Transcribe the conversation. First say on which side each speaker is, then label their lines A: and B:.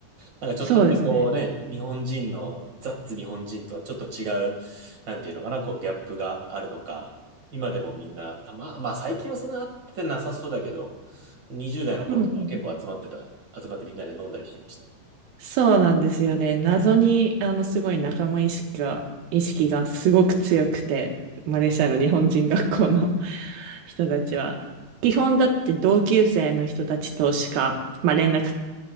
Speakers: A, on the right; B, on the right.
A: なんかちょっとしたこうね、
B: そうですね。
A: 日本人の、ザッツ日本人とはちょっと違う、なんていうのかな、こうギャップがあるのか、今でもみんな、たま、まあ最近はそんな会ってなさそうだけど、20代の頃とかは結構集まってた、
B: うん。
A: 集まってみんなで飲んだりしてました。
B: そうなんですよね。
A: うん。
B: 謎に、あの、すごい仲間意識が、意識がすごく強くて、マレーシアの日本人学校の <laughs> 人たちは。基本だって同級生の人たちとしか、まあ、連絡